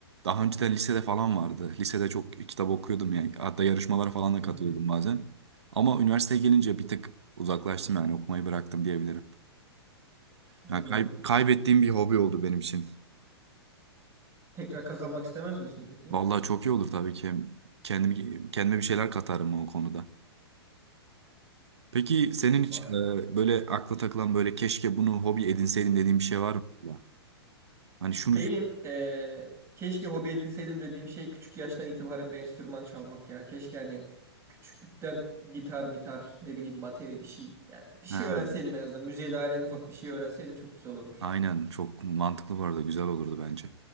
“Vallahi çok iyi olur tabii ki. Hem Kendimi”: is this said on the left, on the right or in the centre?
Right